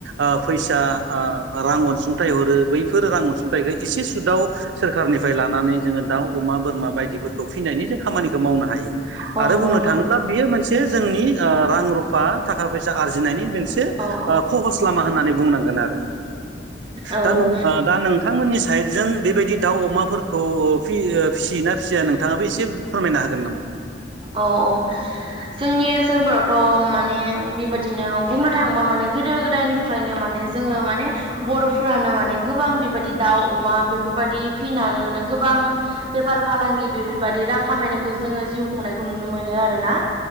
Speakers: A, on the right; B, on the right.
A: ओ फैसा आं रां अनसुंथाइ हरो बैफोर रां अनसुंथाइखौ एसे सुदाव सोरखारनिफ्राय लानानै जोङो दाउ अमा बोरमा बायदिफोरखौ फिनायनि जों खामानिखौ मावनो हायो
B: औ
A: आरो
B: नंगौ
A: बुंनो
B: नोंथां
A: थाङोब्ला बियो मोनसे जोंनि ओ रां रुफ बा थाखा फैसा आर्जिनायनि मोनसे
B: औ
A: खहस लामा होननानै बुंनांगोन आरो
B: औ
A: दा नों आ दा नों नोंथांमोननि साइडजों बेबायदि दाउ अमाफोरखौ फि ओ फिसियोना फिसिया नोंथाङाबो इसे फोरमायना हागोन नामा
B: अ औ जोंनि ओनसोलफोराव थ माने बेबायदिनो बुंनो थाङोबा माने गोदो गोदायनिफ्रायनो माने जोङो माने बर फ्रानो माने गोबां बेबायदि दाउ अमा बेफोरबायदि फिसिनानै माने गोबां बेफार फालांगि बेफोरबायदि रां खामायनायखौ जोङो जिउ खुंनायखौ नुनो मोनो आरोना